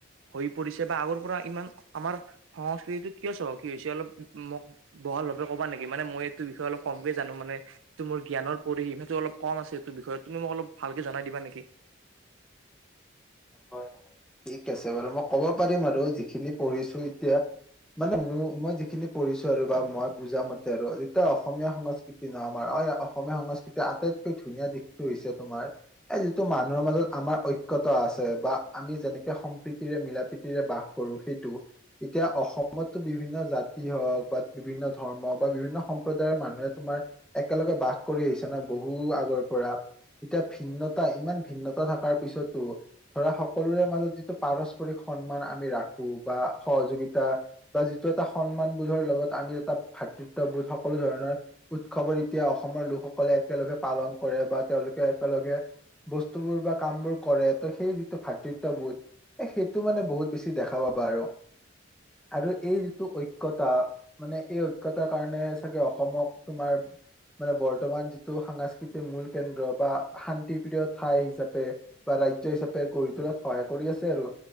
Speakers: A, on the right; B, in the centre.
A: হৈ পৰিছে বা আগৰ পৰা ইমান আমাৰ সংস্কৃতিতটো কিয় চহকী হৈছে অলপ মোক বহাল ভাৱে কবা নেকি মানে মই এইটো বিষয়ে অলপ কমকে জানো মানে। যিটো মোৰ জ্ঞৰ পৰিশম সেইটো অলপ কম আছে। এইটো বিষয়ে তুমি মোক অলপ ভালে জনাই দিবা নেকি।
B: হয় ঠিক আছে বাৰু মই ক'ব পাৰিম আৰু যিখিনি পঢ়িছো এতিয়া। মানে মোৰ মই যিখিনি পঢ়িছো আৰু বা মই বুজা মতে আৰু যেতিয়া অসমীয়া সংস্কৃতি <unintelligible> ন আমাৰ অ, অসমীয়া সংস্কৃতিৰ আটাইতকৈ ধুনীয়া দিশটো হৈছে তোমাৰ। এই যিটো মানুহৰ মাজত আমাৰ ঐক্য আছে। বা আমি যেনেকে সম্প্ৰীতিৰে মিলা প্ৰীতিৰে বাস কৰো সেইটো এতিয়া অসমতো বিভিন্ন জাতি হওক বা বিভিন্ন ধৰ্মক বা বিভিন্ন সম্প্ৰদায়ৰ মানুহে তোমাৰ একেলগে বাস কৰি আহিছে ন বহু আগৰ পৰা। এতিয়া ভিন্নতা ইমান ভিন্নতা থকাৰ পিছতো ধৰা সকলোৰে মাজত যিটো পাৰস্পৰিক সন্মান আমি ৰাখো বা সহযোগিতা বা যিটো এটা সন্মান বোধৰ লগত আমি এটা ভাতৃত্ববোধ সকলো ধৰণৰ উৎসৱত এতিয়া অসমৰ লোকসকলে একেলগে পালন কৰে বা তেওঁলোকে একেলগে বস্তু বোৰ বা কাম বোৰ কৰে ত' সেই টো ভাতৃত্ববোধ এ সেইটো মানে বহুত বেছি দেখা পাবা আৰু। আৰু এই যিটো ঐকয়তা মানে এই, ঐকয়তাৰ কাৰণে চাগে অসমক তোমাৰ মানে বৰ্তমান যিটো সাংস্কৃতিক মূল কেন্দ্ৰ বা শান্তিপ্ৰিয় ঠাই হিচাপে বা ৰাজ্য হিচাপে গঢ়ি তোলাত সহায় কৰি আছে আৰু